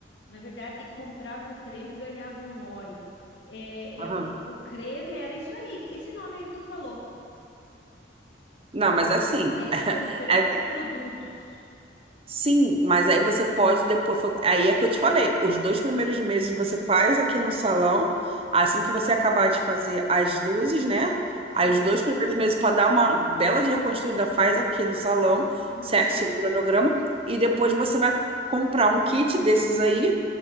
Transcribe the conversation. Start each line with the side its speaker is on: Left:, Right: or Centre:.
Left: Na verdade, comprava um creme e ganhava um óleo. É,
Right: Aham.
Left: é, o, o creme era isso aí, esse nome aí que tu falou.
Right: Não, mas assim,
Left: É,
Right: <laughs>
Left: são três
Right: é
Left: produtos.
Right: Sim, mas aí você pode depois. foi- Aí é que eu te falei. Os dois primeiros meses você faz aqui no salão. Assim que você acabar de fazer as luzes, né?
Left: Sim.
Right: Aí os dois primeiros meses para dar uma bela de reconstruída, faz aqui no salão,
Left: Uhum.
Right: certinho o cronograma. E depois você vai comprar um kit desses aí